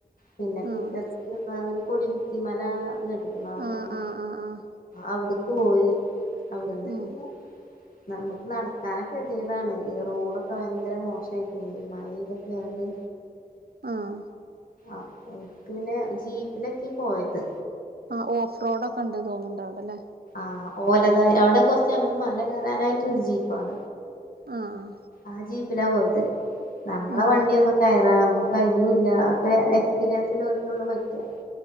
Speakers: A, on the left; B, on the right.
A: പിന്നെപ്പ
B: ആഹ്
A: ഇറ്റ ഒരു കൊടികുത്തിമല <unintelligible> ടിക്കണ അവിടെല്ലെ
B: ആഹ് ആഹ് ആഹ് ആഹ്
A: അവിട്‌ക്ക് പോയി അവിടന്ന്
B: ഉം
A: പിന്ന നമുക്ക് നടക്കനക്കെ കെതികേടാണ് ഈ റോഡൊക്കെ ഭയങ്കര മോശായിരിക്കുന്നു ഈ മഴക്കെ പെയ്തോണ്ട്
B: ആഹ്.
A: അപ്പൊ എനിക്ക് പിന്നെ ജീപ്പിലൊക്കെ പോയത്.
B: ആഹ് ഓഫ് റോഡ് ഒക്കെണ്ട് തോന്നണ്ട അവിടെല്ലേ?
A: ആ ഓലതായി അവിടെ കുറച്ച് അങ്ങോട്ട് മല കയറാനായിട്ടുണ്ട് ജീപ്പാൾ.
B: ആഅ
A: ആ ജീപ്പിലാ പോയത് നമ്മളെ
B: ഉം
A: വണ്ടിയൊന്നും കയറാ നമ്മക്ക് കയ്യൂല്ല അപ്പെ എക്സ്പ്പിറിയന്സ്ല്ല്ലോൽകെ ള്ളു പറ്റാ.